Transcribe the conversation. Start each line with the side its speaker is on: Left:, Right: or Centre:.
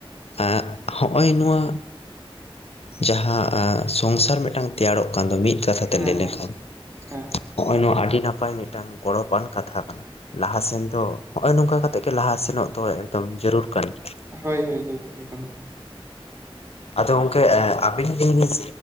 Left: ᱮ ᱦᱚᱜᱼᱚᱭ ᱱᱚᱣᱟ ᱡᱟᱦᱟᱸ ᱥᱚᱝᱥᱟᱨ ᱢᱤᱫᱴᱟᱝ ᱛᱮᱭᱟᱨᱚᱜ ᱠᱟᱱ ᱫᱚ ᱢᱤᱫ ᱠᱟᱛᱷᱟ ᱛᱮ
Right: ᱦᱮᱸ
Left: ᱞᱟᱹᱭ
Right: ᱦᱮᱸ
Left: ᱞᱮᱱᱠᱷᱟᱱ
Right: ᱦᱮᱸ
Left: ᱱᱚᱜ-ᱚᱭ ᱱᱚᱣᱟ ᱟᱹᱰᱤ ᱱᱟᱯᱟᱭ ᱢᱤᱫᱴᱟᱝ ᱜᱚᱨᱚᱵᱟᱱ ᱠᱟᱛᱷᱟ ᱠᱟᱱᱟ ᱞᱟᱦᱟ ᱥᱮᱱ ᱫᱚ ᱱᱚᱜ ᱚᱭ ᱱᱚᱝᱠᱟ ᱠᱟᱛᱮ ᱜᱮ, ᱞᱟᱦᱟ ᱥᱮᱱᱚᱜ ᱫᱚ ᱮᱠᱫᱚᱢ ᱡᱟᱹᱨᱩᱲ ᱠᱟᱱ ᱜᱮᱭᱟ <inaudible>
Right: ᱦᱳᱭ ᱦᱳᱭ ᱦᱳ ᱮᱚᱢ <inaudible>
Left: ᱟᱫᱚ ᱜᱚᱝᱠᱮ ᱟᱵᱤᱱ ᱜᱮ ᱞᱟᱹᱭ